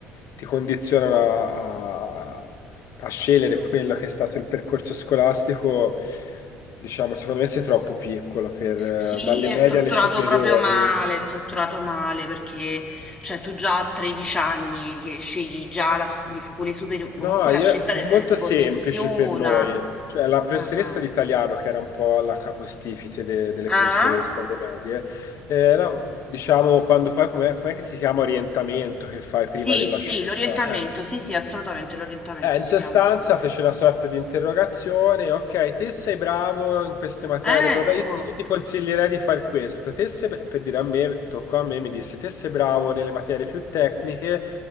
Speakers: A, on the left; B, on the left.
A: ti condizionano a, a- a scegliere quello che è stato il percorso scolastico, diciamo, secondo me sei troppo piccolo per,
B: Sì,
A: eh, dalle
B: è
A: medie
B: strutturato
A: alle superiori.
B: proprio male, è strutturato male perché cioè, tu già a 13 anni che scegli già la scu- le scuole superiori, comunque
A: No, io-
B: la scelta
A: fu
B: eh,
A: molto
B: ti
A: semplice
B: condiziona.
A: per noi, cioè la professoressa
B: Ah.
A: di italiano, che era un po' la capostipite de- delle
B: Ah?
A: professoresse alle medie, eh, no, diciamo quando poi, com'è, com'è che si chiama orientamento che fai
B: Sì,
A: prima della
B: sì,
A: scelta?
B: l'orientamento,
A: Eh,
B: sì, sì, assolutamente l'orientamento
A: eh, in
B: si
A: sostanza
B: chiama.
A: fece una sorta di interrogazione, ok, te sei bravo in queste materie,
B: Ecco,
A: bla bla, io ti, io ti consiglierei di fare questo, te sei, bra- per dire a me, toccò a me, mi disse, te sei bravo nelle materie più tecniche,